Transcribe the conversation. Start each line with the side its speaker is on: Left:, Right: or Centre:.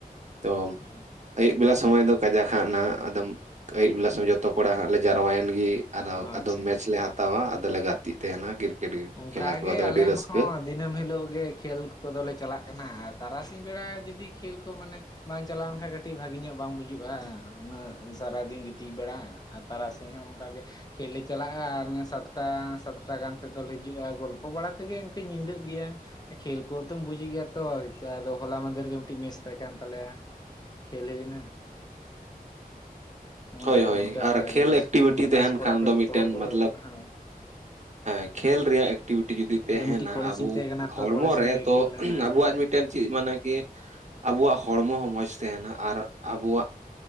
Right: ᱛᱚ
Left: ᱦᱩᱸ
Right: ᱟᱹᱭᱩᱵ ᱵᱮᱞᱟ ᱥᱚᱢᱚᱭ ᱫᱚ ᱠᱟᱡᱟᱠ ᱠᱷᱟᱜ ᱦᱟᱸᱜ ᱱᱟ ᱟᱫᱚᱢ ᱟᱹᱭᱩᱵ ᱵᱮᱞᱟ ᱥᱮᱜ ᱡᱚᱛᱚ ᱠᱚᱲᱟ ᱦᱟᱸᱜ ᱞᱮ ᱡᱟᱨᱣᱟᱭᱮᱱ ᱜᱮ ᱟᱨ
Left: ᱟᱪᱪᱷᱟ
Right: ᱟᱫᱚᱢ ᱢᱮᱪ ᱞᱮ ᱦᱟᱛᱟ ᱦᱟᱛᱟᱣᱟ ᱟᱫᱚᱞᱮ ᱜᱟᱛᱮ ᱛᱟᱦᱮᱱᱟ ᱠᱨᱤᱠᱮᱴ
Left: ᱚᱱᱠᱟᱜᱮ
Right: ᱠᱷᱮᱞᱟ ᱠᱚ ᱟᱫᱚ
Left: ᱟᱞᱮ
Right: ᱟᱹᱰᱤ ᱨᱟᱹᱥᱠᱟᱹ
Left: ᱦᱚᱸ ᱫᱤᱱᱟᱹᱢ ᱦᱤᱞᱳᱜ ᱜᱮ ᱠᱷᱮᱞ ᱠᱚᱫᱚᱞᱮ ᱪᱟᱞᱟᱜ ᱠᱟᱱᱟ ᱟᱨ ᱛᱟᱨᱟᱥᱤᱧ ᱵᱮᱲᱟ ᱡᱩᱫᱤ ᱠᱷᱮᱞ ᱠᱚ ᱢᱟᱱᱮ ᱵᱟᱝ ᱪᱟᱞᱟᱣᱱ ᱠᱷᱟᱱ ᱠᱟᱹᱴᱤᱡ ᱵᱷᱟᱜᱤ ᱧᱚᱜ ᱵᱟᱝ ᱵᱩᱡᱩᱜ-ᱟ ᱩᱱᱟᱹᱜ ᱥᱟᱨᱟ ᱫᱤᱱ ᱜᱤᱛᱤᱡ ᱵᱟᱲᱟ ᱟᱨ ᱛᱟᱨᱟᱥᱤᱧ ᱦᱚᱸ ᱚᱱᱠᱟ ᱜᱮ ᱠᱷᱮᱞ ᱞᱮ ᱪᱟᱞᱟᱜ-ᱟ ᱟᱨ ᱥᱟᱛᱴᱟ ᱥᱟᱛᱴᱟ ᱜᱟᱱ ᱛᱮ ᱫᱚᱞ ᱦᱤᱡᱩᱜ-ᱟ ᱜᱚᱞᱯᱷᱚ ᱵᱟᱲᱟ ᱛᱮᱜᱮ ᱤᱱᱠᱟᱹ ᱧᱤᱫᱟᱹᱜ ᱜᱮᱭᱟ ᱠᱷᱮᱞ ᱠᱚᱫᱚᱢ ᱵᱩᱡᱽ ᱮᱫ ᱜᱮᱭᱟ ᱛᱚ ᱟᱫᱚ ᱦᱚᱞᱟ ᱢᱟᱫᱮᱨ ᱜᱮ ᱢᱮᱫᱴᱮᱪ ᱢᱮᱪ ᱛᱟᱦᱮᱸ ᱠᱟᱱ ᱛᱟᱞᱮ ᱠᱷᱮᱞ ᱦᱩᱭᱱᱟ᱾ ᱚᱸᱰᱮ
Right: ᱦᱳᱭ ᱦᱳᱭ
Left: ᱱᱚᱛᱮ ᱨᱮᱜᱮ
Right: ᱟᱨ
Left: ᱟᱫᱚ
Right: ᱠᱷᱮᱞ
Left: ᱢᱮᱥ
Right: ᱮᱠᱴᱤᱵᱷᱤᱴᱤ ᱛᱟᱦᱮᱱ
Left: ᱢᱮᱥ ᱠᱚᱲᱟ
Right: ᱠᱷᱟᱱ
Left: ᱠᱚ
Right: ᱫᱚ
Left: ᱡᱚᱛᱚ
Right: ᱢᱤᱫᱴᱮᱱ
Left: ᱦᱚᱲ ᱠᱚ
Right: ᱢᱚᱛᱞᱚᱵ
Left: ᱚᱰᱚᱠ ᱮᱱᱟ
Right: ᱦᱮᱸ ᱠᱷᱮᱞ ᱨᱮᱭᱟᱜ ᱮᱠᱴᱤᱵᱷᱤᱴᱤ ᱡᱩᱫᱤ ᱛᱟᱦᱮᱱᱟ
Left: ᱟᱫᱚ ᱢᱤᱫᱴᱤᱡ ᱠᱚᱞᱮᱡᱽ
Right: ᱟᱵᱚ
Left: ᱴᱤᱢ ᱛᱟᱦᱮᱸ ᱠᱟᱱᱟ ᱛᱚ
Right: ᱦᱚᱲᱢᱚ
Left: ᱠᱚᱞᱮᱡᱽ ᱴᱤᱢ
Right: ᱨᱮ
Left: ᱜᱮ
Right: ᱛᱚ
Left: ᱠᱷᱮᱞ ᱞᱮᱱᱟ
Right: ᱟᱵᱚᱣᱟᱜ
Left: ᱥᱟᱵ ᱞᱮᱫᱟ
Right: ᱢᱤᱫᱴᱮᱱ
Left: ᱠᱚ
Right: ᱪᱮᱫ ᱢᱟᱱᱮ ᱠᱤ ᱟᱵᱚᱣᱟᱜ ᱦᱚᱲᱢᱚ ᱦᱚᱸ ᱢᱚᱸᱡᱽ ᱛᱟᱦᱮᱱᱟ ᱟᱨ ᱟᱵᱚᱣᱟᱜ